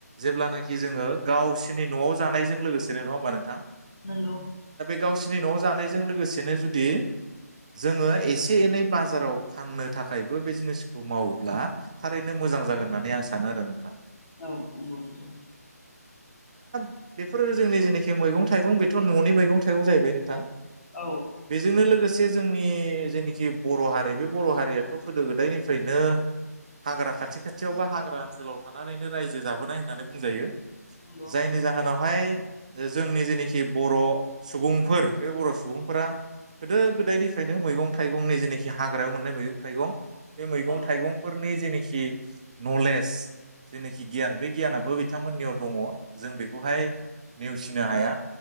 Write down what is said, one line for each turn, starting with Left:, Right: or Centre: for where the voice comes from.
Right: जेब्लानाखि जोंङो गावसोरनि न'आव जानायजों लोगोसेनो नङा होमबा नोंथां
Left: नंगौ
Right: गावसिरनि न'आव जानायजों लोगोसेनो जुदि जोंङो एसे एनै बाजाराव फाननो थाखायबो बे जिनिसखौ मावोब्ला थारैनो मोजां जागोन होननानै आं सानो आरो नोंथां।
Left: औ नंगौ नंगौ
Right: बेफोर जोंनि जेनाखि मैगं थाइगं बेथ' न'नि मैगं थाइगं जाहैबाय नोंथां
Left: औ
Right: बेजोंनो लोगोसे जोंनि जेनिखि बर' हारि बे बर' हारियाथ' गोदो गोदाय उदैनिफ्रायनो हाग्रा खाथि खाथियावबा हाग्रा ओनसोलाव थानानैनो रायजो जाबोनाय होननानै बुंजायो।
Left: नंगौ
Right: जायनि जाहोनावहाय जे जोंनि जेनाखि बर' सुबुंफोर बे बर' सुबुंफोरा गोदो गोदायनिफ्रायनो मैगं थाइगंनि जेनाखि हाग्रायाव मोननाय मैगं थाइगं बे मैगं
Left: औ
Right: थाइगंफोरनि जेनोखि नलेज जेनाखि गियान बे गियानाबो बिथांमोननियाव दङ जों बेखौहाय नेवसिनो हाया